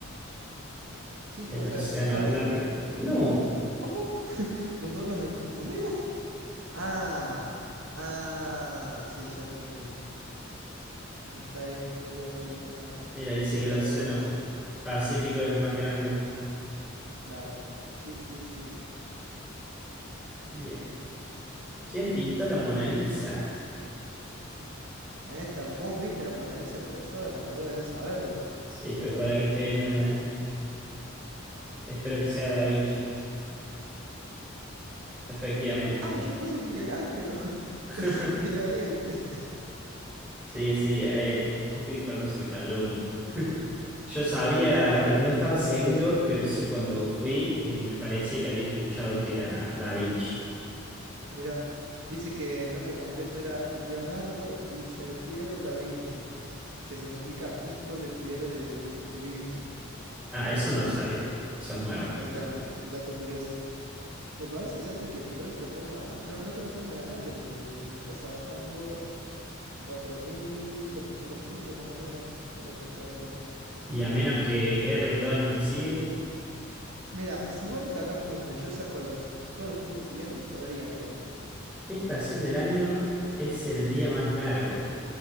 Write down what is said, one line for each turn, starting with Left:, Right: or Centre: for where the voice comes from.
Right: Sí,
Centre: el
Right: o sea,
Centre: Océano
Right: claro,
Centre: Atlántico.
Right: yo...
Centre: No.
Right: ¿Cómo? <laughs> ¿Los dos nos confundimos? Ah, ah, sí, ya entendí. Está bien, está bien, no dije nada.
Centre: Mira, dice
Right: Era
Centre: que el Océano
Right: el Océano Pacífico,
Centre: Pacífico es el más grande.
Right: claro. Sí, sí, sí.
Centre: Bien. ¿Quién pintó la Mona Lisa?
Right: En esta, vos viste la Mona Lisa en persona, vos debés saberlo.
Centre: Sí, pero para que estoy en una... Espero que sea Da Vinci. Efectivamente.
Right: Ah, yo puse Miguel Ángelo, <laughs>
Centre: <laughs>
Right: pensé que era él. <laughs>
Centre: Sí, sí. eh, Uy, perdón, se me cayó un... Yo sabía, eh, no estaba seguro, pero sí cuando fui eh, me parecía que había escuchado que era Da Vinci.
Right: Mirá, dice que el nombre completo era Leonardo di Serpiero da Vinci, que significa hijo de Piero de, de Vi- de Vinci.
Centre: Ah, eso no lo sabía. Eso es nuevo.
Right: Ahí está, un dato curioso. Me parece, Santi, que la única forma, no, no tengo forma de ganarte porque me, me estás sacando 4.400 puntos más o menos con esta pregunta.
Centre: Y a menos que erre todas las que siguen,
Right: Mira, si vos no sacás puntos y yo saco los, todos los puntos siguientes, podría, creo.
Centre: ¿qué estación del año es el día más largo?